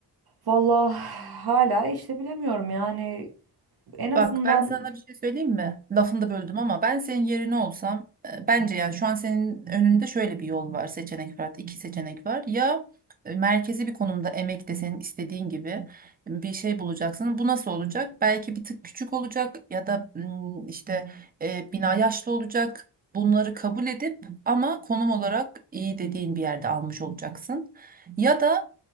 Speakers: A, on the right; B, on the right.
A: Vallahi hala işte bilemiyorum yani en azından
B: Bak ben sana bir şey söyleyeyim mi? Lafını da böldüm ama ben senin yerine olsam e, bence yani şu an senin önünde şöyle bir yol var, seçenek var, hatta iki seçenek var. Ya e, merkezi bir konumda emek de senin istediğin gibi bir şey bulacaksın. Bu nasıl olacak? Belki bir tık küçük olacak ya da mm, işte e, bina yaşlı olacak. Bunları kabul edip ama konum olarak iyi dediğin bir yerde almış olacaksın. Ya da